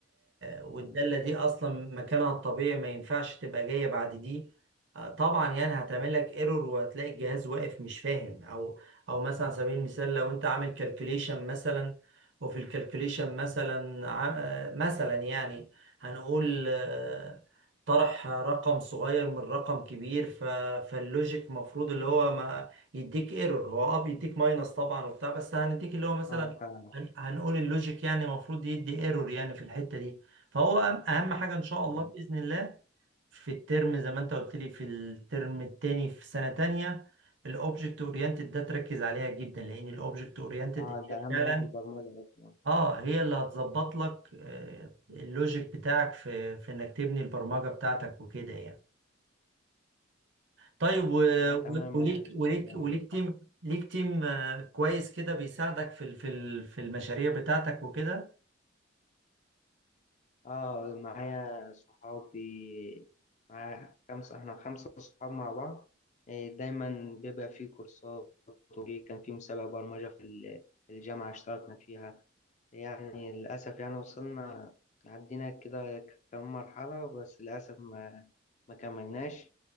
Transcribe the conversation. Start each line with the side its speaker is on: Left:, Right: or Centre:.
Right: والدالة
Left: اه
Right: دي أصلا مكانها الطبيعي ما ينفعش تبقى جاية بعد دي آه، طبعا يعني هتعمل لك ايرور وهتلاقي الجهاز واقف مش فاهم أو أو مثلا على سبيل المثال لو أنت عامل كالكوليشن مثلا وفي الكالكوليشن مثلا ع- آه، مثلا يعني هنقول آه، طرح رقم صغير من رقم كبير ف... فاللوجيك مفروض اللي هو ما يديك ايرور هو اه بيديك ماينس طبعا وبتاع بس هنديك اللي هو مثلا
Left: آه، فعلا
Right: هن- هنقول اللوجيك يعني المفروض يدي ايرور يعني في الحتة دي فهو أهم أهم حاجة إن شاء الله
Left: تمام.
Right: بإذن الله في الترم زي ما أنت قلت لي في الترم التاني في سنة تانية الأوبجكت أورينتد ده تركز عليها جدا لأن الأوبجكت أورينتد
Left: اه ده أهم
Right: فعلا
Left: حاجة في البرمجة أصلا
Right: أه هي اللي هتظبط لك آه، اللوجيك بتاعك في في إنك تبني البرمجة بتاعتك وكده يعني طيب و...
Left: آه تمام
Right: و- وليك
Left: إن شاء
Right: وليك
Left: الله
Right: وليك تيم ليك تيم آه، كويس كده بيساعدك في ال- في ال- في المشاريع بتاعتك وكده
Left: اه معايا صحابي معايا خمسة احنا خمسة صحاب مع بعض إيه، دايما بيبقى في كورسات وفي كان في مسابقة برمجة في ال- في الجامعة اشتركنا فيها يعني للأسف يعني وصلنا عدينا كده كم مرحلة بس للأسف ما ما كملناش